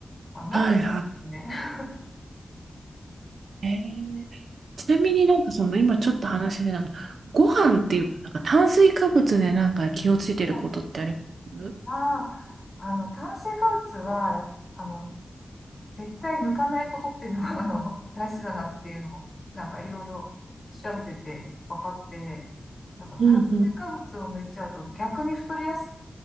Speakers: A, on the left; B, on the right.
A: あの、
B: はいは
A: なってるんですよね。
B: い。えーちなみになんかその今ちょっと話でなんか、ご飯っていうか、
A: <laughs> うん
B: なんか炭水化物でなんか気をついてることってあります
A: うんああ、あの、炭水化物は、やあの、絶対抜かないことっていうのが <laughs> あの、大事だなっていうのを、なんかいろいろ調べてて分かって、なんか炭水化物を抜いちゃうと逆に太りやす
B: うん